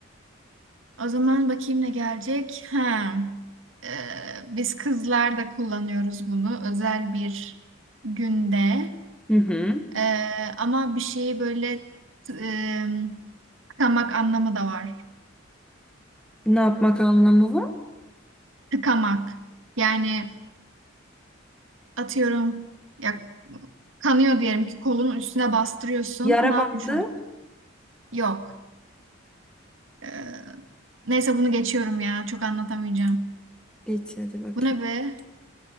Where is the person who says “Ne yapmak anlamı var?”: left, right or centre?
Centre